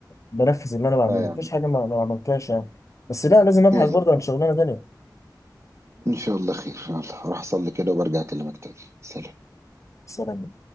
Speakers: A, on the left; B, on the right.
A: بنفذ اللي انا بعمله
B: لا يعني
A: مفيش حاجه ما ما عملتهاش يعني بس لا لازم ابحث
B: يلا
A: برضه عن شغلانه تانيه
B: ان شاء الله خير يلا هروح اصلي كده وبرجع اكلمك تاني سلام
A: سلام